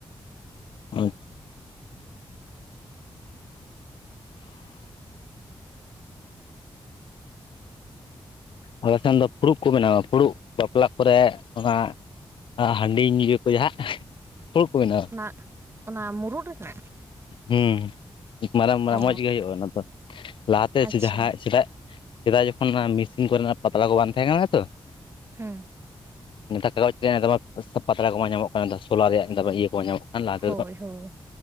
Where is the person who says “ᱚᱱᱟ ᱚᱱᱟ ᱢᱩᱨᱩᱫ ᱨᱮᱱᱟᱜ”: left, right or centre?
Right